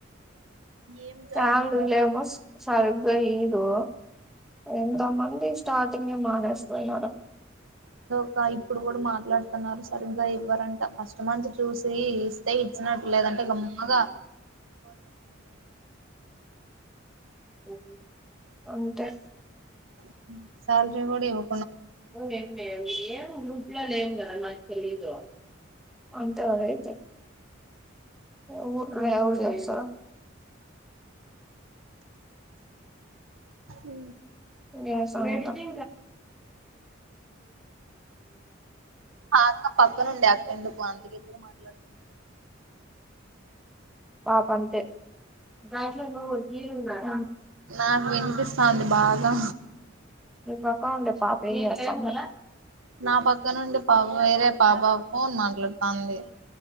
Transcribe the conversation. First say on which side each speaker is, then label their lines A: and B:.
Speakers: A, on the right; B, in the centre.
A: ఏం జాబ్
B: చాలులే మస్ సరిగ్గా ఇదు ఎంత మంది ఇష్ట. స్టార్టింగే మానేస్తున్నారు.
A: ఇంకా ఇప్పుడు కూడా మాట్లాడుతున్నారు సార్ ఇంకా ఇవ్వరంట ఫస్ట్ మంత్ చూసి ఇస్తే ఇచ్చినట్టులేద. అంటే గమ్ముగా.
B: ఉమ్. అంతే.
A: ఉమ్ శాలరీ కూడా ఇవ్వు.
B: ఓ ఏం ఏ ఏమో గ్రూప్లో లేం కదా మాకు తెలీదు. అంతేన అయితే ఊరికనే ఎవరు తెలుసా.
A: ఉమ్.
B: ఆహ్ శ్వేత.
A: ఆ అక్క పక్కనుండే అక్క ఎందుకు అంత గట్టిగా మాట్లాడుతుంది.
B: పాప అంతే దాంట్లో నువ్వు హీరో ఉన్నావ.
A: నాకు వినిపిస్తాంది బాగా.
B: నీ పక్కన ఉండే పాప ఏం చేస్తుంది.
A: నా పక్క నుండి పా వేరే పాప ఫోన్ మాట్లాడుతాంది